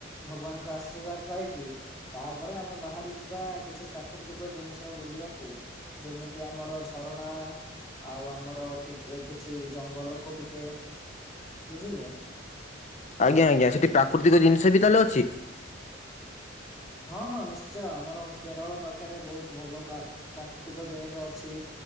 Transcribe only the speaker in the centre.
ଭଗବାନଙ୍କ ଆଶୀର୍ବାଦ ପାଇକି। ତାପରେ ଆମେ ବାହାରି ଯିବା କିଛି ପ୍ରାକୃତିକ ଜିନିଷ ବୁଲିବାକୁ ଯେମିତି। ତି ଆମର ଝରଣା। ଆଉ ଆମର କି କିଛି ଜଙ୍ଗଲକୁ ଟିକେ ବୁଝିଲେ।
ହଁ ହଁ ନିଶ୍ଚୟ ଆମର କେରଳ ପାଖରେ ବହୁତ ଭଲ ପା ପ୍ରାକୃତିକ ଜିନିଷ। ଅଛି।